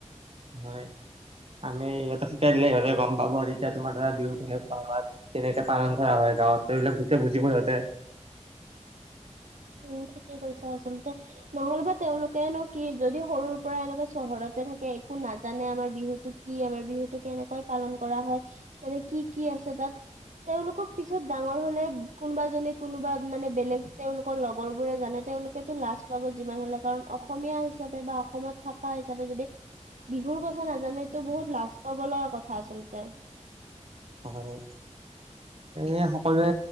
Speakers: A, on the right (about 50°); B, on the right (about 85°).
A: হয়, আমি ইহঁতে শিকাই দিলে সিহঁতে গম পাব এতিয়া তোমাৰ ধৰা বিহু <unintelligible> অ', তেনেকে পালন কৰা হয় গাঁৱত এইবিলাক গোটে বুজিব সিহঁতে।
B: উম, ঠিকে কৈছা আচলতে নহ'লেবা তেওঁলোকেউনো কি, যদি সৰুৰ পৰা এনেকুৱা চহৰতে থাকে একো নাজানে আমাৰ বিহুতোক কি আমাৰ বিহুতটো কেনেকৈ পালন কৰা হয়, মানে কি কি আছে তাত। তেওঁলোকক পিছত ডাঙৰ হলে, কোনোবা জনে কোনোবা মানে বেলেগ তেওঁলোক <unintelligible> লগৰবোৰে জানে তেওঁলোকেতো লাজ পাব যিমান হলে কাৰণ অসমীয়া হিচাপে বা অসমত থকা হিচাপে যদি, বিহুৰ কথা নাজানোটো বহুত লাজ পাব লগা কথা আচলতে।
A: হয়, এ সকলোৱে